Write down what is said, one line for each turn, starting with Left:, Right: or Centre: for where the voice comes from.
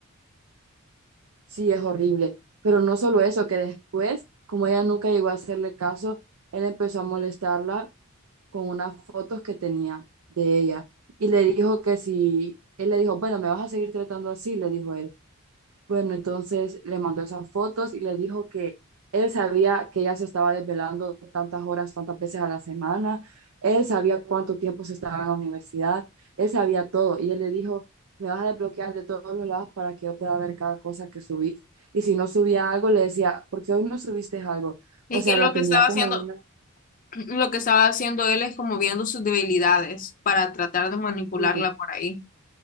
Right: Sí, es horrible. Pero no solo eso, que después, como ella nunca llegó a hacerle caso, él empezó a molestarla con unas fotos que tenía de ella y le dijo que si, él le dijo, bueno, me vas a seguir tratando así, le dijo él. Bueno, entonces le mandó esas fotos y le dijo que él sabía que ella se estaba desvelando tantas horas, tantas veces a la semana, él sabía cuánto tiempo se estaba en la universidad, él sabía todo y él le dijo, me vas a desbloquear de todos los lados para que yo pueda ver cada cosa que subís. Y si no subía algo, le decía, ¿por qué hoy no subiste algo?
Left: Es
Right: O sea,
Left: que lo
Right: la
Left: que
Right: tenía
Left: estaba
Right: como
Left: haciendo,
Right: en
Left: <clears throat> lo que estaba haciendo él es como viendo sus debilidades para tratar de manipularla
Right: una
Left: por ahí.